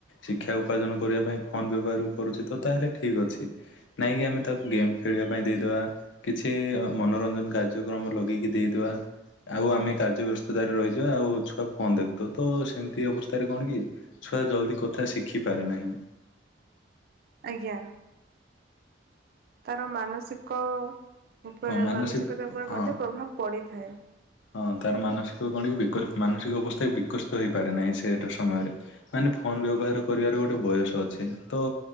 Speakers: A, on the left; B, on the right.
A: ଶିକ୍ଷା ଉପାର୍ଜନ କରିବା ପାଇଁ ଫୋନ୍ ବ୍ୟବହାର କରୁଛି ତ ତାହେଲେ ଠିକ ଅଛି। ନାଇଁକି ଆମେ ତାକୁ ଗେମ୍ ଖେଳିବା ପାଇଁ ଦେଇଦବା। କିଛି ଅ, ମନୋରଞ୍ଜନ କାର୍ଯ୍ୟକ୍ରମ ଲଗେଇକି ଦେଇଦବା। ଆଉ ଆମେ କାର୍ଯ୍ୟ ବ୍ୟସ୍ତତାରେ ରହିଯିବା ଆଉ ଛୁଆ କଣ ଦେଖୁଥିବ। ତ ସେମିତି ଅବସ୍ଥାରେ କଣ କି ଛୁଆ ଜଲ୍ଦି କଥା ଶିଖିପାରେ ନାହିଁ।
B: ଆଜ୍ଞା। ତାର ମାନସିକ ଉପରେ
A: ହଁ ମାନସିକ
B: ମାନସିକତା ଉପରେ
A: ହଁ
B: ମଧ୍ୟ ପ୍ରଭାବ ପଡ଼ିଥାଏ।
A: ହଁ ତାର ମାନସିକ କଣକି ବିକ ମାନସିକ ଅବସ୍ଥା ବି ବିକଶିତ ହେଇପାରେ ନାହିଁ ସେଇଟା ସମୟରେ। ମାନେ ଫୋନ୍ ବ୍ୟବହାର କରିବାର ଗୋଟେ ବୟସ ଅଛି। ତ